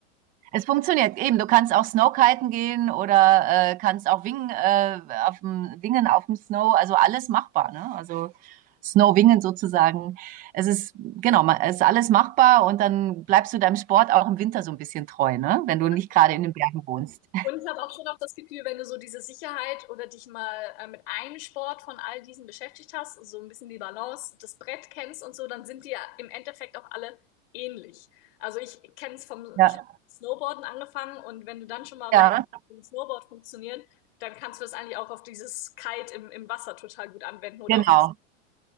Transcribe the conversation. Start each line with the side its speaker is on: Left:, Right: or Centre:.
Right: Es funktioniert eben. Du kannst auch Snowkiten gehen oder äh, kannst auch wingen, äh, auf dem, wingen auf dem Snow. Also alles machbar, ne? Also Snowwingen sozusagen. Es ist, genau, ma- es ist alles machbar und dann bleibst du deinem Sport auch im Winter so ein bisschen treu, ne? Wenn
Left: Ja,
Right: du nicht
Left: total.
Right: gerade in den Bergen wohnst.
Left: Und ich habe auch schon auch das Gefühl, wenn du so diese Sicherheit oder dich mal äh, mit einem Sport von all diesen beschäftigt hast, so ein bisschen die Balance, das Brett kennst und so, dann sind die ja im Endeffekt auch alle ähnlich. Also ich kenne es vom,
Right: Ja,
Left: ich habe Snowboarden angefangen und wenn du dann schon mal
Right: ja,
Left: weißt, wie ein Snowboard funktioniert, dann kannst du das eigentlich auch auf dieses Kite im, im Wasser total gut anwenden oder
Right: genau,
Left: auf das,